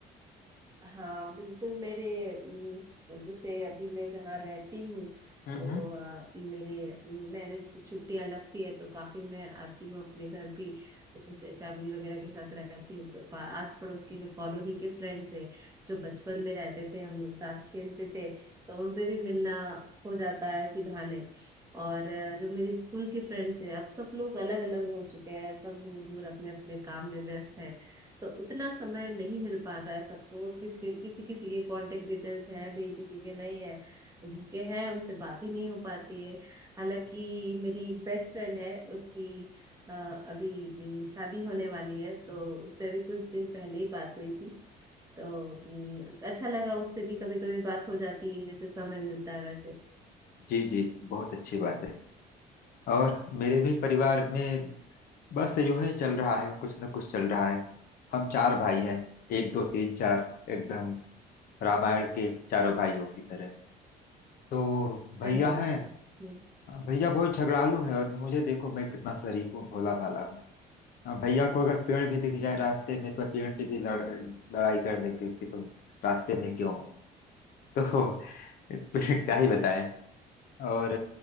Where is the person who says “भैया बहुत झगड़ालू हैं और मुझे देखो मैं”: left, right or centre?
Left